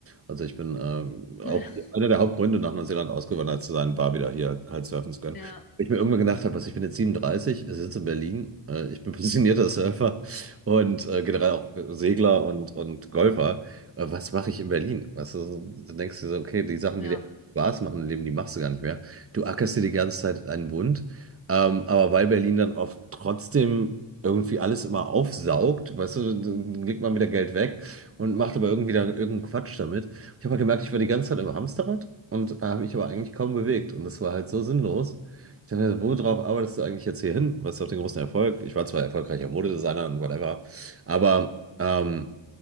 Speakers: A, on the right (about 30°); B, on the left (about 45°).
A: Also ich bin ähm, auch
B: <laughs>
A: einer der Hauptgründe, nach Neuseeland ausgewandert zu sein, war wieder hier halt, halt surfen zu können.
B: Ja,
A: Ich mir irgendwann gedacht habe, was ich bin jetzt 37, sitze in Berlin, äh, ich bin <laughs> passionierter Surfer und äh, generell auch Segler und, und Golfer. Äh, was mache ich in Berlin? Weißt du, so, du denkst du dir so, okay, die Sachen,
B: ja,
A: die dir Spaß machen im Leben, die machst du gar nicht mehr. Du ackerst dir die ganze Zeit einen Bund. Ähm, aber weil Berlin dann oft trotzdem irgendwie alles immer aufsaugt, weißt du, dann legt man wieder Geld weg und macht aber irgendwie dann irgendeinen Quatsch damit. Ich habe halt gemerkt, ich war die ganze Zeit im Hamsterrad und äh, habe mich aber eigentlich kaum bewegt und das war halt so sinnlos. Ich dachte, worauf arbeitest du eigentlich jetzt hier hin? Was ist auf den großen Erfolg? Ich war zwar erfolgreicher Modedesigner und whatever, aber ähm,